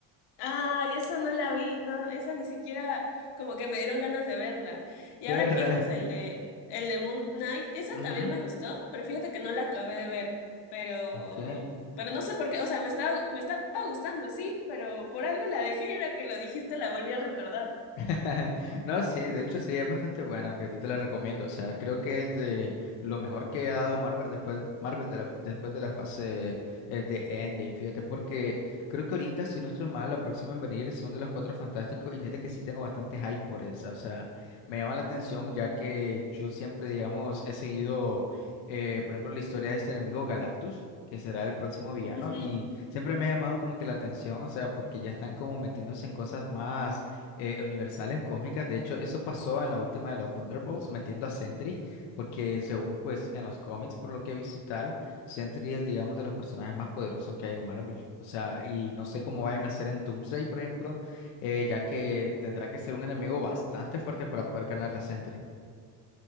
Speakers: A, on the left; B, on the left.
A: Ay, esa no la vi, no, esa ni siquiera como que me dieron ganas de verla. Y
B: De
A: ahora
B: verdad.
A: que dices el de el de Moon Knight, esa
B: Ujú,
A: también me gustó, pero fíjate que no la acabé de ver. Pero,
B: Ok.
A: pero no sé por qué, o sea, me estaba, me estaba gustando, sí, pero por algo la dejé y ahora que lo dijiste la volví a recordar.
B: <laughs> No, sí, de hecho sí, es bastante buena, fíjate, te la recomiendo. O sea, creo que es de lo mejor que ha dado Marvel después, Marvel de la, después de la fase eh, de Endgame, fíjate, porque creo que ahorita, si no estoy mal, la próxima en venir son de los Cuatro Fantásticos y fíjate que sí tengo bastante hype por esa. O sea, me llama la atención ya que yo siempre, digamos, he seguido, eh, por ejemplo, la historia de este enemigo Galactus. que será el próximo villano
A: Ujú.
B: y siempre me ha llamado como que la atención, o sea, porque ya están como metiéndose en cosas más eh, universales cósmicas. De hecho, eso pasó en la última de los Thunderbolts, metiendo a Sentry, porque según pues en los cómics, por lo que he visto y tal, Sentry es, digamos, de los personajes más poderosos que hay en Marvel. O sea, y no sé cómo vayan a hacer en Doomsday, por ejemplo, eh, ya que tendrá que ser un enemigo bastante fuerte para poder ganar la Sentry.